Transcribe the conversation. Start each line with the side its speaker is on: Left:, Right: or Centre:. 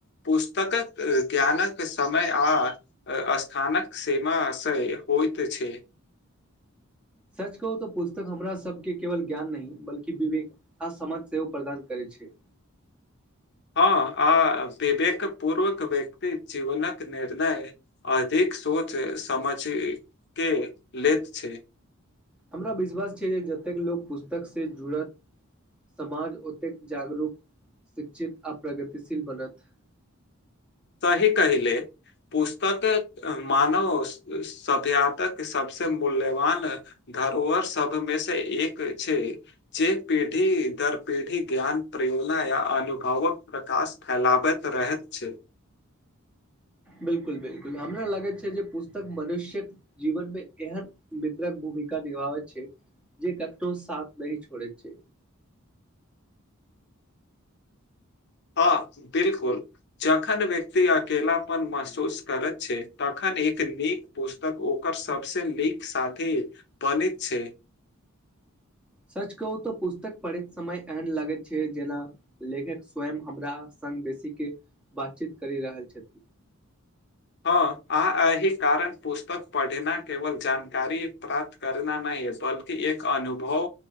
Left: पुस्तकक ज्ञानक समय आ स्थानक सीमा से होएत छै।
Centre: सच कहू तो पुस्तक हमरा सबके केवल ज्ञान नहि बल्कि विवेक आ समाज सेहो प्रदान करै छै।
Left: हां आ विवेक पूर्वक व्यक्ति जीवनक निर्णय अधिक सोच समझ के लैत छै।
Centre: हमरा विश्वास छै जे जतेक लोक पुस्तक से जुड़त समाज ओतेक जागरूक शिक्षित आ प्रगतिशील बनत
Left: सही कहिले पुस्तकें मानव स स सभ्यातक सबसे मूल्यवान धरोहर सबमें से एक छै जे पीढ़ी दर पीढ़ी ज्ञान प्रयोगना या अनुभवक प्रकाश फैलाबैत रहैत छै।
Centre: बिल्कुल बिल्कुल हमरा लगे छै जे पुस्तक मनुष्यक जीवन मे एहन मित्रक भूमिका निभावै छै जे कखनो साथ नै छोड़े छै।
Left: हाँ बिल्कुल जखन व्यक्ति अकेलापन महसूस करत छै, तखन एक नीक पुस्तक ओकर सबसे नीक साथी बनैत छै।
Centre: सच कहू तऽ पुस्तक पढ़ैत समय एहन लगैत छै जेना लेखक स्वयं हमरा संग बेसीके बात-चीत करि रहल छथि।
Left: अ आ एही कारण पुस्तक पढ़नाय केवल जानकारी प्राप्त करनाय नै या बल्कि एक अनुभव